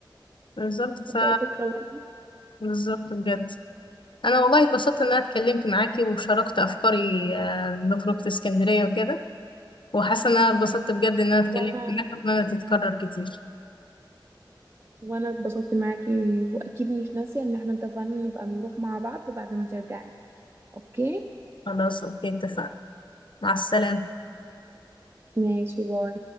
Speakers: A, on the left; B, on the right.
A: بالظبط ف
B: ده أي فكره برضو
A: بالظبط بجد انا والله اتبسطت ان انا اتكلمت معاكي وشاركت افكاري آه، لخروجه اسكندريه وكده وحاسه ان انا اتبسطت بجد ان انا اتكلمت
B: وانا
A: معاك واتمنى تتكرر كتير
B: وانا اتبسطت معاكي واكيد مش ناسيه ان احنا اتفقنا نبقى نروح مع بعض بعد ما ترجعي اوكي
A: خلاص اوكي اتفقنا مع السلامه
B: ماشي باي